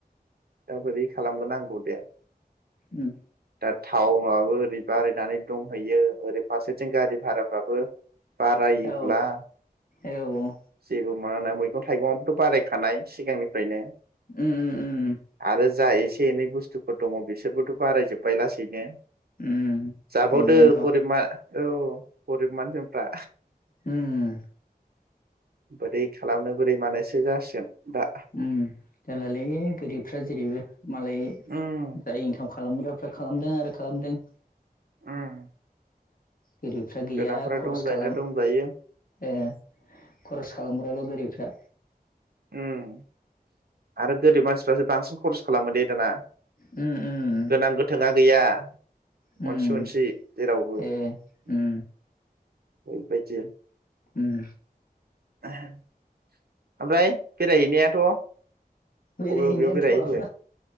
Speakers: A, on the right; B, on the left.
A: दा बोरै खालामग्र नांगौ दे
B: उम
A: दा थाव आबो ओरै बारायनानै दंहैयो ओरै फारसे फारसे गारि भाराफ्राबो बारायोब्ला
B: औ औ
A: जेबो मा होनो मैगं थाइगंयाबोथ' बारायखानाय सिगांनिफ्रायनो
B: उम उम उम
A: आरो जा एसे एनै बुस्थुफोर दङ बिसोरबोथ' बारायजोब्बाय लासैनो।
B: म
A: जाबावदो
B: आरायबायानोथ'
A: गरिब मा औ गरिब मानसिफ्रा
B: उम
A: बोरै खालामनो बोरै मानोसो जासिगोन दा।
B: उम जारलालै गोरिबफ्रा जेरैबो। मालाय
A: उम
B: जाय ओंखाम खालामग्राफ्रा खालामदों आरो खालामदों।
A: उम
B: गोरिबफ्रा गैया
A: गोनांफोरा
B: खरस
A: दंजायोना
B: खालाम
A: दंजायो
B: ए खरस खालामग्राल' गोरिबफ्रा।
A: उम आरो गोरिब मानसि फ्रासो बांसिन खरस खालामो दे दाना।
B: उम उम
A: गोनां गोथोंङा गैया।
B: उम
A: अनसि अनसि जेरावबो
B: ए उम
A: <unintelligible>
B: उम
A: <unintelligible> ओमफ्राय बेरायहैनायाथ
B: बेरायहैनायानोथ'
A: बबे बबेयाव बेरायहैखो